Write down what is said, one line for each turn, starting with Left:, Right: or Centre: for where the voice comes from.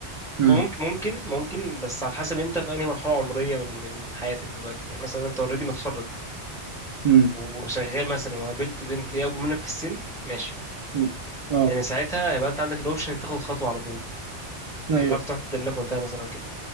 Right: مم.
Centre: ما ممكن ممكن ممكن بس على حسب انت في أنهي مرحلة عمرية من من حياتك دلوقتي يعني مثلا انت اوريدي متخرج
Right: مم.
Centre: وشغال مثلا وقابلت بنت هي أكبر منك في السن ماشي
Right: مم. اه
Centre: لأن ساعتها هيبقى انت عندك الأوبشن تاخد خطوة على طول
Right: ايوه
Centre: انت عارف تروح تقدم لك وقتها مثلا